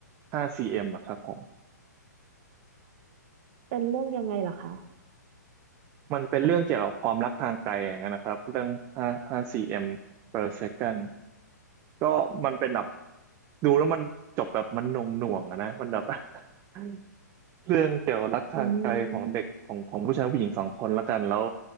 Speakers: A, on the right; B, on the right.
A: 5cm อมอะครับผม
B: เป็นเรื่องยังไงเหรอคะ
A: มันเป็นเรื่องเกี่ยวกับความรักทางไกลอย่างนั้นนะครับเรื่อง5 5cm per second ก็มันเป็นแบบดูแล้วมันจบแบบมันหน่วงหน่วงอะนะมันแบบ <laughs> เรื่องเกี่ยวกับรักทางไกลของเด็กของของผู้ชายผู้หญิงสองคนละกันแล้ว
B: อืม